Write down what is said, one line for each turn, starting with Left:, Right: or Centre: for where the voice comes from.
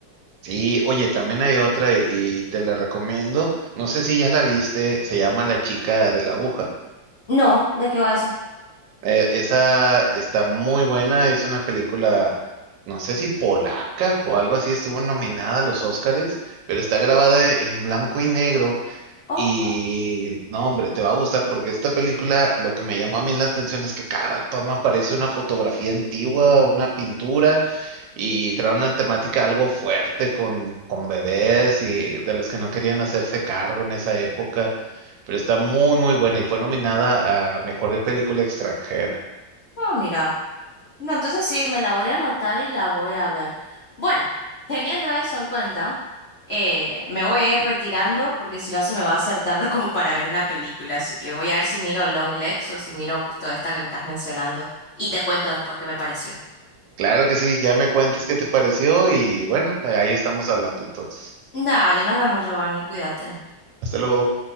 Right: sí, oye, también hay otra y, y te la recomiendo. No sé si ya la viste, se llama La chica de la aguja.
Left: No, ¿de qué va eso?
Right: Eh, esa está muy buena, es una película, no sé si polaca o algo así, estuvo nominada a los Óscares, pero está grabada en blanco y negro
Left: Oh,
Right: y
Left: oh,
Right: no, hombre, te va a gustar porque esta película lo que me llamó a mí la atención es que cada toma parece una fotografía antigua, una pintura. y trae una temática algo fuerte con, con bebés y de los que no querían hacerse cargo en esa época, pero está muy, muy buena y fue nominada a Mejor Película Extranjera.
Left: oh, mira. No, entonces sí, me la voy a anotar y la voy a ver. Bueno, teniendo eso en cuenta, eh, me voy a ir retirando porque si no se me va a hacer tarde <laughs> como para ver una película. Así que voy a ver si miro Long Legs o si miro justo esta que me estás mencionando. Y te cuento después qué me pareció.
Right: Claro que sí, ya me cuentas qué te pareció y bueno, ahí estamos hablando entonces.
Left: Dale, nos vemos, Giovanni, cuídate.
Right: Hasta luego.